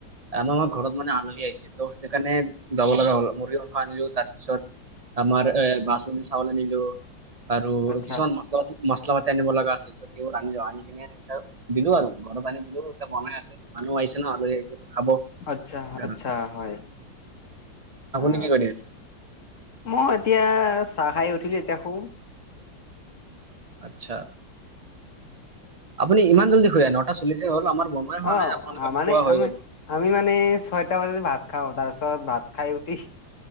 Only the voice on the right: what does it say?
আমাৰ ঘৰত মানে আলহী আহিছে, ত' সেইকাৰণে, যাব লগা হ'ল মূৰ্গী মাংস আনিলো তাৰপিছত আমাৰ বাচমতী চাউল নিলো। আৰু
কিছুমান মছলা, মছলা পাতি আনিব লগা আছিল, ত' সেইবোৰ আনিলো। এয়া দিলো আৰু, ঘৰত আনি দিলো, এতিয়া বনাই আছে মানুহ আহিছে ন', আলহী আহিছে ত' খাব।
সেইকাৰণে।
আপুনি
কি কৰি আছে?
আচ্ছা, আপুনি ইমান জল্দি, <unintelligible> নটা চল্লিশে হ'ল, আমাৰ বনাই হোৱা
নাই, আপোনালোকৰ
খোৱা হৈ
গ'ল।